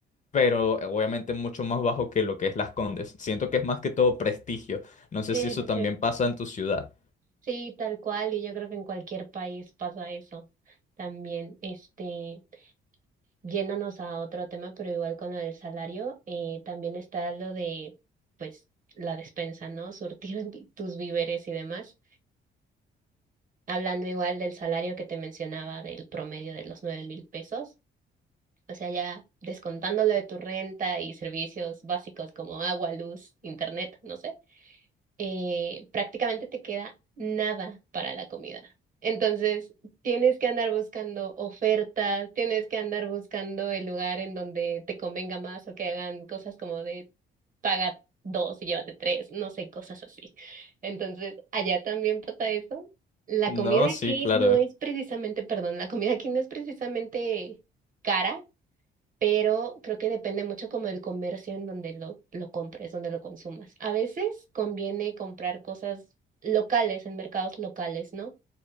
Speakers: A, on the left; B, on the right.
A: pero obviamente mucho más bajo que lo que es Las Condes. Siento que es más que todo prestigio. No sé
B: sí,
A: si eso
B: sí,
A: también
B: sí.
A: pasa en tu ciudad.
B: Sí, tal cual, y yo creo que en cualquier país pasa eso también. Este, yéndonos a otro tema, pero igual con lo del salario, eh, también está lo de, pues, la despensa, ¿no? Surtir <laughs> tus víveres y demás. Hablando igual del salario que te mencionaba del promedio de los nueve mil pesos. O sea, ya descontándolo de tu renta y servicios básicos como agua, luz, internet, no sé, eh, prácticamente te queda nada para la comida. Entonces, tienes que andar buscando ofertas, tienes que andar buscando el lugar en donde te convenga más o que hagan cosas como de paga dos y llévate tres, no sé, cosas así. Entonces, allá también pasa eso. La
A: No,
B: comida
A: sí,
B: aquí
A: claro.
B: no es precisamente, perdón, la comida aquí no es precisamente cara pero creo que depende mucho como del comercio en donde lo, lo compres, donde lo consumas. A veces conviene comprar cosas locales, en mercados locales, ¿no?